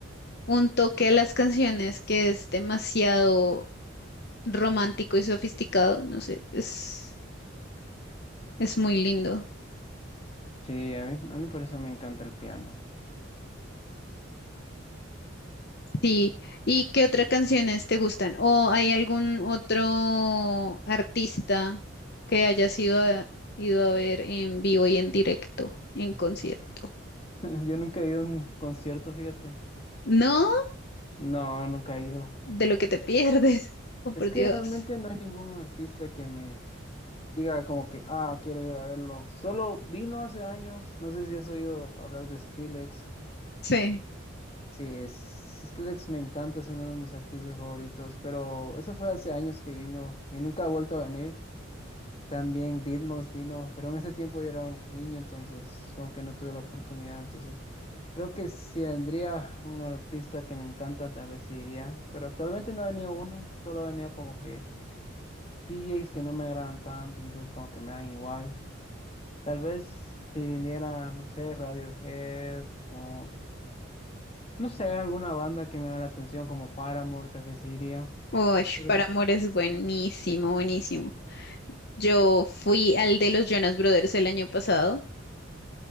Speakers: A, on the left; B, on the left.
A: un toque a las canciones que es demasiado romántico y sofisticado. No sé, es, es muy lindo.
B: Sí, a mí, a mí por eso me encanta el piano.
A: Sí. ¿Y qué otras canciones te gustan? ¿O hay algún otro artista que hayas ido a, ido a ver en vivo y en directo, en concierto?
B: <laughs> Yo nunca he ido a un concierto, fíjate.
A: No,
B: No, nunca he ido.
A: de lo que te pierdes. Oh, por
B: Es que
A: Dios.
B: realmente no hay ningún artista que me diga como que, ah, quiero ir a verlo. Solo vino hace años, no sé si has oído hablar de Skrillex.
A: Sí.
B: Sí, es- Skrillex me encanta, es uno de mis artistas favoritos, pero eso fue hace años que vino y nunca ha vuelto a venir. También Didmos vino, pero en ese tiempo yo era un niño, entonces como que no tuve la oportunidad. Entonces creo que si vendría un artista que me encanta, tal vez sí iría. Pero actualmente no ha venido uno, solo ha venido como que DJs que no me agradan tanto, entonces como que me dan igual. Tal vez si viniera, no sé, Radiohead o no sé, alguna banda que me da la atención como Paramore, tal vez sí iría.
A: Uy,
B: Pero
A: Para Amor es buenísimo, buenísimo. Yo fui al de los Jonas Brothers el año pasado,